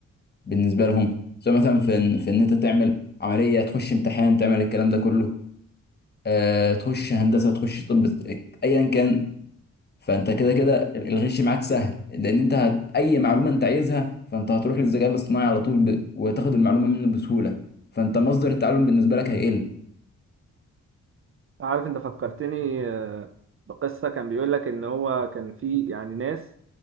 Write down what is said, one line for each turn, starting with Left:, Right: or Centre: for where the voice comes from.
Left: بالنسبة لهم سواء مثلا في إن- في إن أنت تعمل عملية تخش امتحان تعمل الكلام ده كله آه، تخش هندسة تخش طب ايا كان فانت كده كده الغش معاك سهل لان انت هت... اي معلومه انت عايزها فانت هتروح للذكاء الاصطناعي على طول ب... وتاخد المعلومه منه بسهوله فانت مصدر التعلم بالنسبه لك هيقل
Right: عارف انت فكرتني آه، بقصة كان بيقول لك ان هو كان في يعني ناس